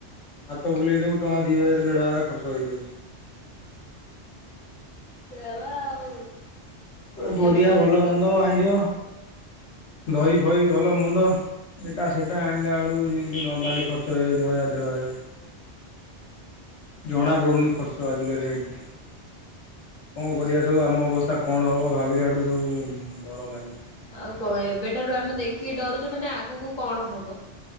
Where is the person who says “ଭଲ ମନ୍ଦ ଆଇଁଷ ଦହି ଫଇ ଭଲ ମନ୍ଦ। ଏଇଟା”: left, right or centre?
Left